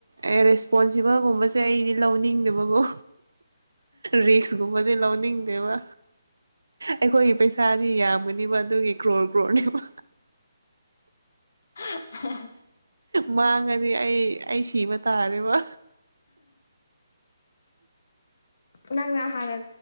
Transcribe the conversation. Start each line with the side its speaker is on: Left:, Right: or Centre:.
Right: ꯑꯦ ꯔꯦꯁꯄꯣꯟꯁꯤꯕꯜꯒꯨꯝꯕꯁꯦ ꯑꯩꯗꯤ ꯂꯧꯅꯤꯡꯗꯕꯀꯣ ꯔꯤꯛꯁ ꯁꯤꯒꯨꯝꯕꯗꯤ ꯂꯧꯅꯤꯡꯗꯦꯕ ꯑꯩꯈꯣꯏꯒꯤ ꯄꯩꯁꯥꯗꯤ ꯌꯥꯝꯒꯅꯤꯕ ꯑꯗꯨꯒꯤ ꯀ꯭ꯔꯣꯔ ꯀ꯭ꯔꯣꯔꯅꯦꯕ
Left: <unintelligible>
Right: ꯃꯥꯡꯉꯗꯤ ꯑꯩ ꯑꯩ ꯁꯤꯕ ꯇꯥꯔꯦꯕ
Left: ꯅꯪꯅ ꯍꯥꯟꯅ